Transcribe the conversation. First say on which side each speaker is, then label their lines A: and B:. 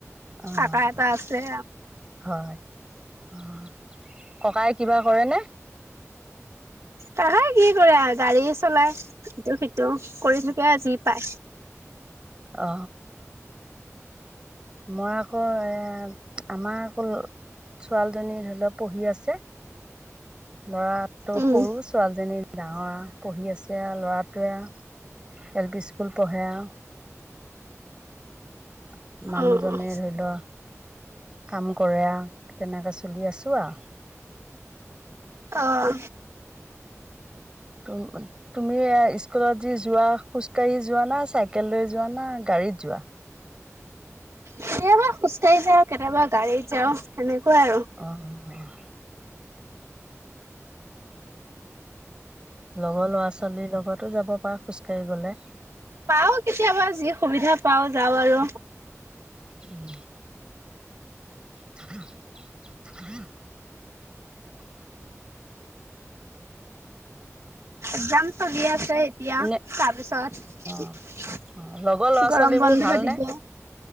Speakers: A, on the right; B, on the right.
A: অঁ
B: কাকা এটা আছ ছে।
A: হয়, অ ককাই কিবা কৰে নে?
B: তাহে কি কৰে আৰু গাড়ী চলাই টো টো কৰি থাকে আজি পাচ
A: অ। মই হয়। আমাৰ হল, ছোৱালীজনী ধৰি লওক পঢ়ি আছে ল'ৰাটো
B: উম,
A: সৰু, ছোৱালীজনী ডাঙৰ পঢ়ি আছে আৰু ল'ৰাটোৱে আৰু এল পি স্কুল পঢ়ে আৰু। হ মানুহজনে
B: অ',
A: ধৰি ল কাম কৰে, তেনেকে চলি আছো আৰু।
B: আহ।
A: টো মানে, তুমি স্কুলত যি যোৱা খোজকাাঢ়ি যোৱা না চাইকেল লৈ যোৱা না গাড়ীত যোৱা?
B: কেতিয়াবা খোজকাঢ়ি যাও কেতিয়াবা গাড়ীত যাও সেনে কৈ আৰু।
A: অঁ অঁ লগৰ ল'ৰা -ছোৱালীৰ লগতো যাব পাৰা খোজ কাঢ়ি গলে।
B: অ কেতিয়াবা যি সুবিধা পাও যাওঁ আৰু।
A: উম। থাকন থাক <inaudible>
B: একজাম চলি আছে এতিয়া,
A: এনে
B: তাৰপিছত
A: অঁ অঁ লগৰ ল'ৰা
B: গৰম
A: ছোৱালীবোৰ
B: বন্ধ
A: ভালনে
B: দিব,